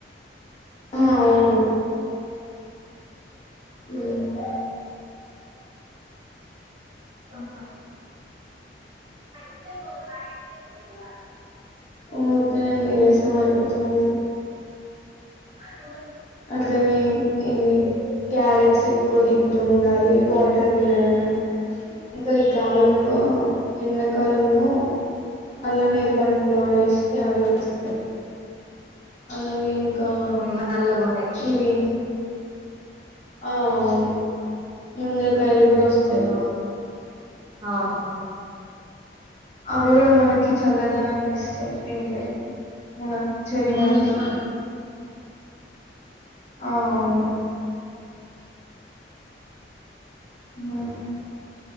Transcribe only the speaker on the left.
ఆ అవును మ్మ్
ఓకనేే నీరసం అయిపోతున్నావు
అట్లనే ఇది క్యారెట్స్ ఎక్కువ తింటూ ఉండాలి వాటర్ మిలన్ ఇంక ఈ కాలంలో ఎండాకాలంలో అల్ల నీరు పండ్లు <unintelligible> <unintelligible> అలాగే ఇకా
ఇవి ఆ అవును ముంజ కాయలు కూడా వస్తాయి
అవి కూడా మనకి చల్లదనాన్ని ఇస్తాయి తింటే మనం శరీరానికి
అవును హ్మ్